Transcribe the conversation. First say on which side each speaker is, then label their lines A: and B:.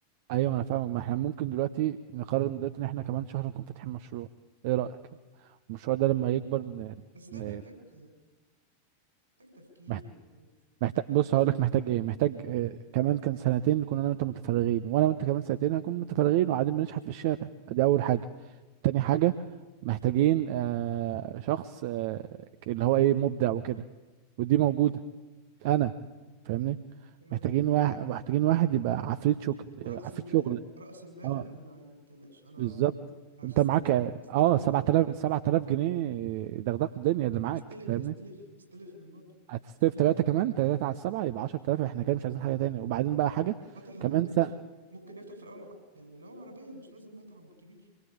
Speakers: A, on the right; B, on the right.
A: ايوه ما انا فاهمك ما احنا ممكن دلوقتي نقرر من دلوقتي ان احنا كمان شهر نكون فاتحين مشروع ايه رايك المشروع ده لما يكبر ن...
B: بس ده
A: ن...
B: محتاج محتاج تفكير
A: ن...
B: وحاجات.
A: محتاج بص هقول لك محتاج ايه محتاج آه، كمان كان سنتين كنا انا وانت متفرغين وانا وانت كمان سنتين هنكون متفرغين وقاعدين بنشحت في الشارع دي اول حاجه تاني حاجه محتاجين آه شخص آه اللي هو ايه مبدع وكده ودي موجوده انا فاهمني
B: تمام
A: محتاجين واحد محتاجين واحد يبقى عفريت شغل
B: ورأس
A: آه، عفريت
B: المال
A: شغل
B: رأس المال
A: اه
B: انا معايا ما تقلقش انا
A: بالظبط
B: هخسر
A: انت معاك
B: هستلف
A: اه
B: من
A: 7000
B: بابا
A: 7000 جنيه دغدغوا الدنيا اللي معاك
B: هستلف
A: فاهمني
B: هستلف هستلف من بابا
A: هتستلف ثلاثة كمان ثلاثة على السبعة يبقى 10000 احنا كده مش عايزين حاجة تاني وبعدين بقى حاجة
B: حتى احنا
A: كمان
B: ممكن نفتح
A: سنة
B: ممكن نفتح في الاول ع- يعني لو عربيه مش لازم مطعم كبير